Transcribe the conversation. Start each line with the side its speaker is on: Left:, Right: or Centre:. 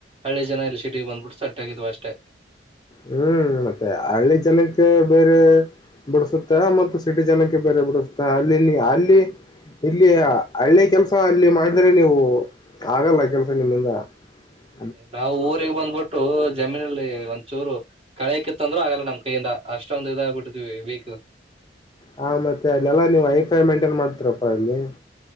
Right: ಹಳೆ ಜನ ಇಲ್ಲಿ ಸಿಟಿಗೆ ಬಂದ್ಬಿಟ್ಟು ಸಟ್ ಆಗಿದ್ವು ಅಷ್ಟೇ
Left: ಹ್ಮ್ ಮತ್ತೆ ಹಳ್ಳಿ ಜನಕ್ಕೆ ಬೇರೆ ಬಿಡಸುತ್ತೆ ಮತ್ತು ಸಿಟಿ ಜನಕ್ಕೆ ಬೇರೆ ಬಿಡಸುತ್ತ ಅಲ್ಲಿ ನೀ ಅಲ್ಲಿ ಇಲ್ಲಿ ಹಳ್ಳೆ ಕೆಲ್ಸ ಅಲ್ಲಿ ಮಾಡಿದ್ರೆ ನೀವು ಆಗಲ್ಲ ಕೆಲ್ಸ ನಿಮ್ಮಿಂದ ಹ
Right: ನಾವು ಊರಿಗೆ ಬಂದ್ಬಿಟ್ಟು ಜಮೀನಲ್ಲಿ ಚೂರು ಕಳೆಕಿತ್ತ ಅಂದ್ರೂ ಆಗಲ್ಲ ನಮ್ ಕೈಯಿಂದ ಅಷ್ಟೊಂದು ಇದಾಗಬಿಟ್ಟಿದ್ವಿ ವೀಕ್
Left: ಹ ಮತ್ತೆ ಅಲ್ಲೆಲ್ಲಾ ನೀವು ಹೈಫೈ ಮೈಂಟೈನ್ ಮಾಡ್ತೀರಪ್ಪಾ ಅಲ್ಲಿ